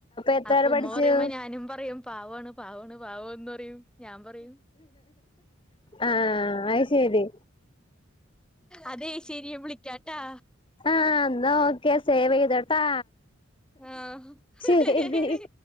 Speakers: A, on the left; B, in the centre.
A: എത്ര
B: അപ്പൊ
A: വരെ
B: ഉമ്മ
A: പഠിച്ചു
B: പറയുമ്പോ ഞാനും പറയും പാവാണ് പാവാണ് പാവന്ന് പറയും ഞാൻ പറയും
A: ആഹ അയ്ശെരി.
B: അതെ ശരി ഞാൻ വിളിക്കാട്ടാ.
A: ആഹ ന്നാ ഓക്കെ സേവ് ചെയ്താട്ടാ.
B: ആഹ്
A: ശരി.